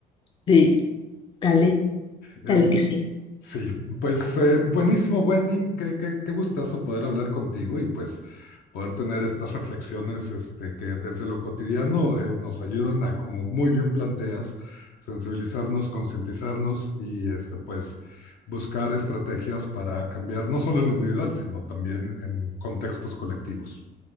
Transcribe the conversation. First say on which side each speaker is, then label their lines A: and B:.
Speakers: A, on the left (about 30°); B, on the left (about 70°).
A: sí, dale,
B: Este,
A: dale que sí.
B: Sí, pues eh, buenísimo, Wendy. Qué, qué, qué gustazo poder hablar contigo y pues poder tener estas reflexiones este, que desde lo cotidiano eh, nos ayudan a, como muy bien planteas, sensibilizarnos, concientizarnos y este, pues buscar estrategias para cambiar no solo en lo individual, sino también en contextos colectivos.